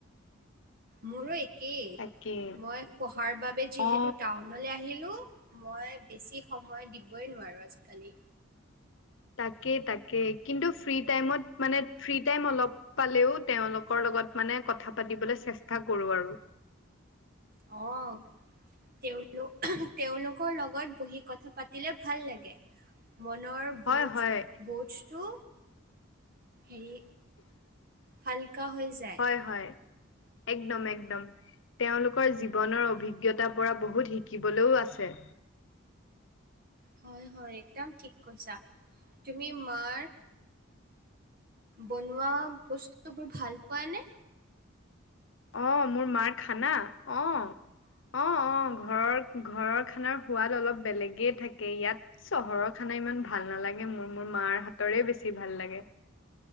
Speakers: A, on the right; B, on the left.
A: মোৰো একেই।
B: তাকে
A: মই পঢ়াৰ বাবে যিহেতু
B: অ
A: টাউনলৈ আহিলো মই বেছি সময় দিবই নোৱাৰোঁ আজি-কালি।
B: তাকে, তাকে। কিন্তু ফ্ৰী টাইমত মানে ফ্ৰী টাইম অলপ পালেও তেওঁলোকৰ লগত মানে কথা পাতিবলৈ চেষ্টা কৰোঁ আৰু।
A: অ'। তেওঁলোক, তেওঁওলোকৰ লগত বহি কথা পাতিলে ভাল লাগে। মনৰ
B: হয়
A: বুজ
B: হয়
A: বুজটো হেৰি হালকা হৈ যায়।
B: হয়-হয়। একদম-একদম, তেওঁলোকৰ জীৱনৰ অভিজ্ঞতা পৰা বহুত শিকিবলৈও আছে।
A: হয়-হয়, একদম ঠিক কৈছা। তুমি মাৰ বনোৱা বস্তু বোৰ ভাল পোৱা নে?
B: অ', মোৰ মাৰ খানা? অ', অ', অ', ঘৰৰ ঘৰৰ খানাৰ সোৱাদ অলপ বেলেগেই থাকে ইয়াত চহৰৰ খানা ইমান ভাল নালাগে মোৰ। মোৰ মাৰ হাতৰে বেছি ভাল লাগে।